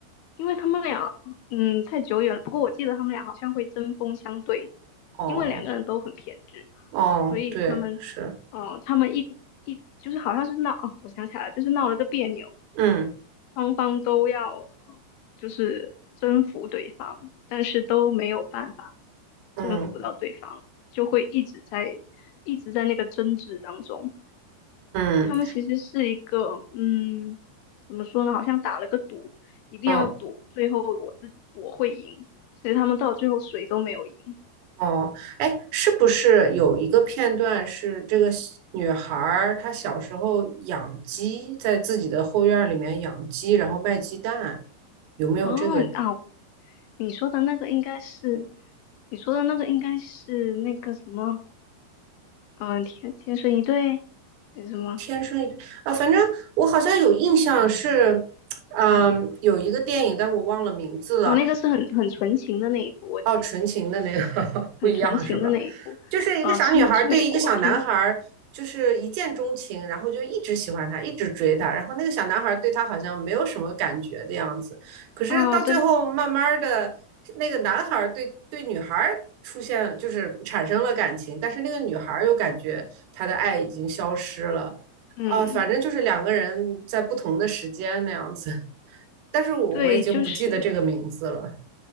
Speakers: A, on the left (about 75°); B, on the right (about 80°).
A: 因为他们俩，嗯，太久远了。不过我记得他们俩好像会针锋相对，
B: 哦
A: 因为两个人都很偏执，
B: 哦，
A: 所以他们，
B: 对，是，
A: 嗯他们一一就是好像是闹，哦，我想起来了，就是闹了个别扭，
B: 嗯
A: 双方都要呃就是征服对方，但是都没有办法
B: 嗯
A: 征服到对方，就会一直在一直在那个争执当中。
B: 嗯
A: 他们其实是一个嗯，怎么说呢？好像打了个赌，一定要赌最后我自我会赢，
B: 嗯
A: 所以他们到最后谁都没有赢。
B: 哦，哎，是不是有一个片段是这个小女孩儿她小时候养鸡，在自己的后院儿里面养鸡，然后卖鸡蛋，有没有这个
A: 哦啊，你说的那个应该是你说的那个应该是那个什么，嗯、天天生一对还是什么？
B: 天生一点啊，反正我好像有印象是，嗯，
A: 嗯。
B: 有一个电影，但我忘了名字了。
A: 哦，那个是很很纯情的那一部，我记得
B: 哦，纯情的那个 <laughs>
A: 很纯情的那一部，
B: 不一样是吧？就是一个小女孩对一个小男孩就是一见钟情，
A: 呃，是是美国片
B: 然后就一直喜欢他，一直追他，然后那个小男孩对她好像没有什么感觉的样子，可是到最后慢慢的，
A: 啊，对，
B: 那个男孩对对女孩。出现就是产生了感情，但是那个女孩又感觉她的爱已经消失了，
A: 嗯，
B: 啊、反正就是两个人在不同的时间那样子，<laughs> 但是我我已经不记得这个名字了。
A: 对，就是